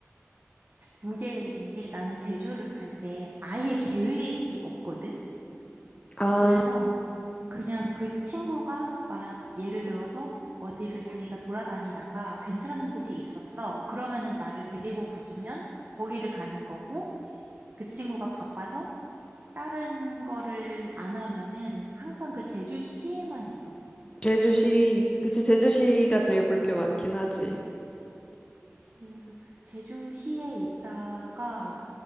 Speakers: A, on the right (about 45°); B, on the left (about 20°).
A: 무계획인 게 나는 제주를 갈 때 아예 계획이 없거든?
B: 아,
A: 그래서 그냥 그 친구가 막 예를 들어서 어디를 자기가 돌아다니다가 괜찮은 곳이 있었어. 그러면은 나를 데리고 가주면 거기를 가는 거고 그 친구가 바빠서 다른 거를 안 하면은 항상 그 제주시에만 있었어.
B: 제주시, 그치, 제주시가 제일 볼 게 많긴 하지.
A: 그래서 제주시에 있다가